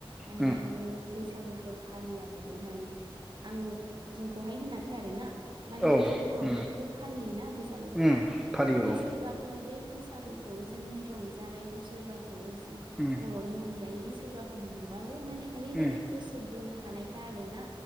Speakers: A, on the right; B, in the centre.
A: माने
B: उम
A: नोङो बैसागुफोर फालियाबाबो माने आं जोंखौहाय होनाखै आरोना। माने
B: औ
A: जों बर'फ्राथ'
B: उम
A: फालियोना बैसागुखौ
B: उम फालियो
A: जुदि
B: औ
A: सोरबाफोर बे बैसागुखौ जोंनि रंजानायखौ सोरबा जों
B: उम
A: बर'नि अनगायै सोरबाफोर नुबाबो माने ओरैबायदि
B: उम
A: गोसो बोनो हानायखा आरोना